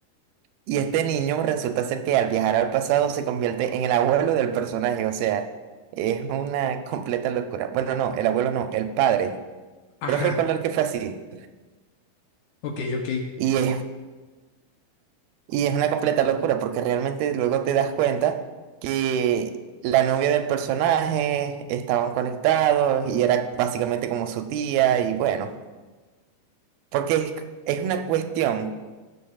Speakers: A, on the right; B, on the left.
A: Y este niño resulta ser que al viajar al pasado se convierte en el abuelo del personaje. O sea, es una <laughs> completa locura. Bueno, no, el abuelo no, el padre.
B: Ajá.
A: Pero recordar que fue así.
B: Ok, ok.
A: Y es Y es una completa locura porque realmente luego te das cuenta que la novia del personaje estaban conectados y era básicamente como su tía y bueno, porque es, es una cuestión,